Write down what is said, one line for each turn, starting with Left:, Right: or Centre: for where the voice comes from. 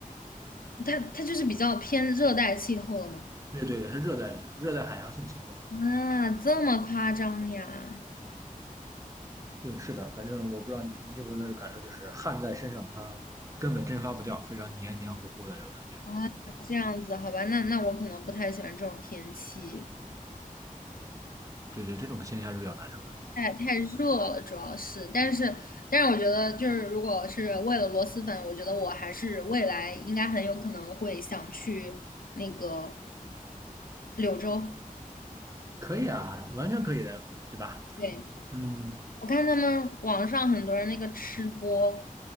Left: 它它就是比较偏热带气候了嘛。
Right: 对对对，它热带热带海洋性气候。
Left: 啊，这么夸张呀？
Right: 对，是的，反正我不知道你你有没有那种感受，就是汗在身上，它根本蒸发不掉，非常黏黏糊糊的那种感觉。
Left: 啊，这样子，好吧，那那我可能不太喜欢这种天气，
Right: 对对，这种现象是比较难受的。
Left: 太太热了，主要是。但是但是，我觉得就是如果是为了螺蛳粉，我觉得我还是未来应该很有可能会想去那个。柳州，
Right: 可以啊，完全可以的，对吧？
Left: 对，
Right: 嗯，
Left: 我看他们网上很多人那个吃播，